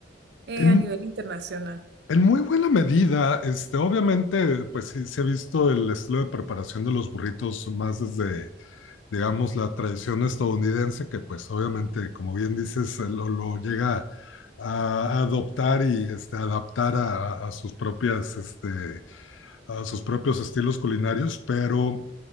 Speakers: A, on the right (about 55°); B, on the left (about 80°).
A: eh,
B: En,
A: a nivel internacional.
B: En muy buena medida, este, obviamente, pues sí se ha visto el estilo de preparación de los burritos más desde, digamos, la tradición estadounidense, que pues obviamente, como bien dices, eh, lo, lo llega a adoptar y este, adaptar a, a sus propias, este, a sus propios estilos culinarios, pero